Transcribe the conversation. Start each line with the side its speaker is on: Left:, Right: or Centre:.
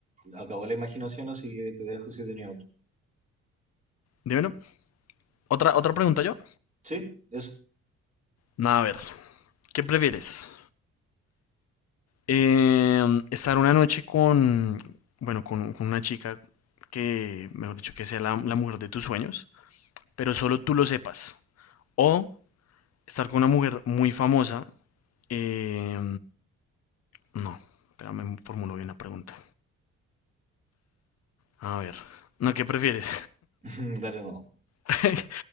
Right: acabó la imaginación, así que te dejo si tenía otro.
Left: Dímelo. Otra, otra pregunta yo.
Right: ¿Sí? ¿Eso?
Left: Nada, a ver, ¿qué prefieres? Em, estar una noche con, bueno, con, con una chica que, mejor dicho, que sea la, la mujer de tus sueños, pero solo tú lo sepas. O estar con una mujer muy famosa Eh, no, espérame, formulo bien la pregunta. A ver, no, ¿qué prefieres?
Right: <laughs> Dale, no.
Left: <laughs>